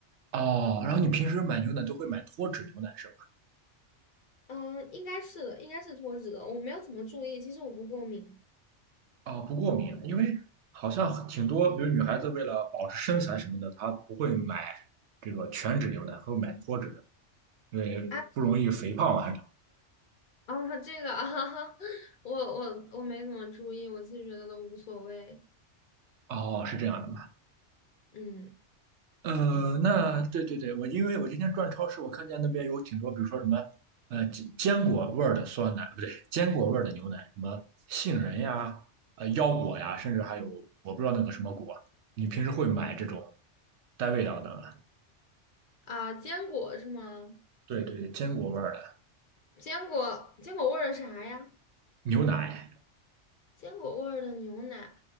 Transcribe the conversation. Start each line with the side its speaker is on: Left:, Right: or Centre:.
Right: 哦，然后你平时买牛奶都会买脱脂牛奶是吧？
Left: 嗯，应该是的，应该是脱脂的，我没有怎么注意，其实我不过敏。
Right: 啊，不过敏，因为好像挺多，比如女孩子为了保持身材什么的，她不会买这个全脂牛奶，她会买脱脂的，因为不容易肥胖啊，
Left: 啊
Right: 还是
Left: 啊，这个啊，<laughs> 我我我没怎么注意，我其实觉得都无所谓。
Right: 哦，是这样的吗？
Left: 嗯，
Right: 呃，
Left: 对
Right: 那对对对，我因为我今天转超市，我看见那边有挺多，比如说什么呃坚坚果味儿的酸奶，不对，坚果味儿的牛奶，什么杏仁呀、呃腰果呀，甚至还有我不知道那个什么果，你平时会买这种带味道的吗？
Left: 啊，坚果是吗？
Right: 对对对，坚果味儿的
Left: 坚果坚果味儿啥呀？
Right: 牛奶。
Left: 坚果味儿的牛奶，